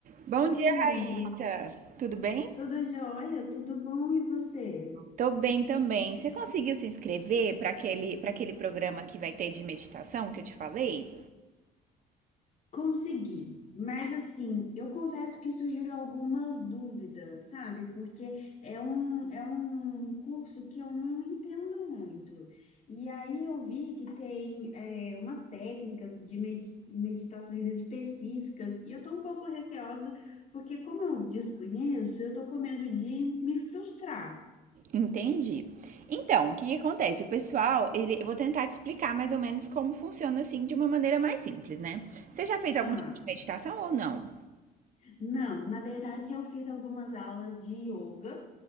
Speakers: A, on the right; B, on the left.
A: Bom
B: Oi,
A: dia, Raíssa.
B: Erendira.
A: Tudo bem?
B: Tudo jóia? Tudo bom? E você?
A: Tô bem também. Você conseguiu se inscrever para aquele, para aquele programa que vai ter de meditação que eu te falei?
B: Consegui. Mas assim, eu confesso que surgiram algumas dúvidas, sabe? Porque é um, é um curso que eu não entendo muito. E aí eu vi que tem é, umas técnicas de medi- meditações específicas, e eu tô um pouco receosa, porque como eu desconheço, eu tô com medo de me frustrar.
A: Entendi. Então, o que que acontece? O pessoal, ele, eu vou tentar te explicar mais ou menos como funciona assim de uma maneira mais simples, né? Você já fez algum
B: Tá.
A: tipo de meditação ou não?
B: Não, na verdade eu fiz algumas aulas de yoga,